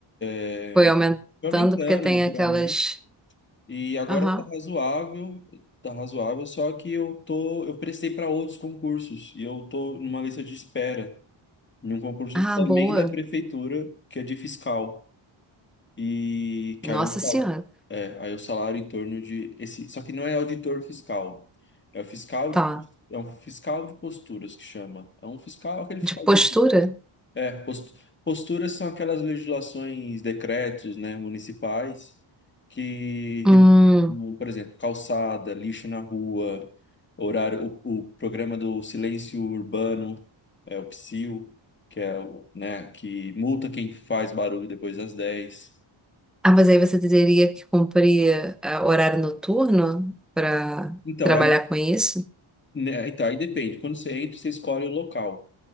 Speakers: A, on the left (about 25°); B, in the centre.
A: é,
B: Foi aumentando
A: foi aumentando
B: porque tem
A: naturalmente.
B: aquelas.
A: E agora
B: Aham.
A: tá razoável, tá razoável, só que eu tô, eu prestei para outros concursos e eu tô numa lista de espera. em um concurso
B: Ah,
A: também
B: boa.
A: da prefeitura, que é de fiscal. E
B: Nossa
A: que aí é um salário.
B: Senhora.
A: É, aí é o salário em torno de esse, só que não é auditor fiscal. É o fiscal
B: Tá.
A: de, é um fiscal de posturas que chama. É um fiscal, aquele fiscal
B: De postura?
A: de é, post- posturas são aquelas legislações, decretos, né, municipais que,
B: Hum.
A: regulam, por exemplo, calçada, lixo na rua, horário, o, o programa do silêncio urbano, é o PSIL, que é o, né, que multa quem faz barulho depois das 10.
B: Ah, mas aí você teria que cumprir eh, horário noturno para
A: Então,
B: trabalhar
A: aí,
B: com isso?
A: né, então, aí depende. Quando você entra, você escolhe o local.